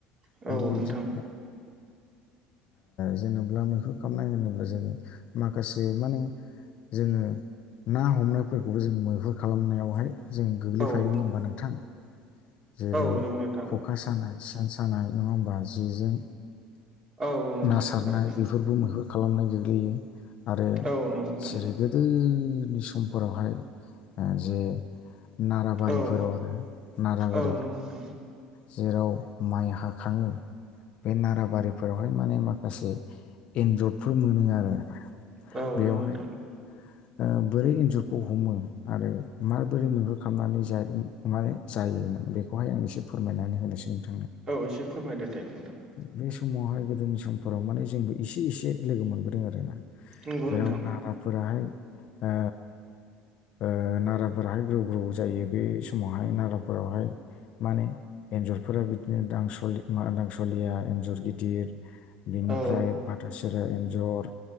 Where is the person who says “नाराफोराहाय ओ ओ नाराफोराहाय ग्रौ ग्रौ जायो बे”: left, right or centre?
Left